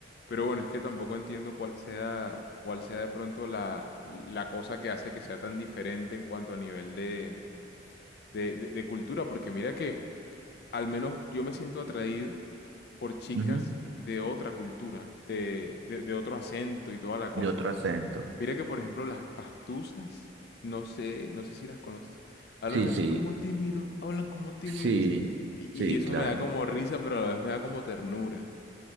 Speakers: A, on the left; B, on the right.
A: Pero bueno, es que tampoco entiendo cuál sea, cuál sea de pronto la, la cosa que hace que sea tan diferente en cuanto a nivel de, de de- de cultura. Porque mira que al menos yo me siento atraído. por chicas
B: ujú,
A: de otra cultura, de, de- de otro acento y toda la cosa.
B: De otro acento.
A: Mira que, por ejemplo, las pastusas, no sé, no sé si las conoces, hablan
B: Sí,
A: así
B: sí,
A: como tímido, hablan como tímido,
B: sí,
A: así. Y,
B: sí,
A: y eso
B: claro.
A: me da como risa, pero a la vez me da como ternura.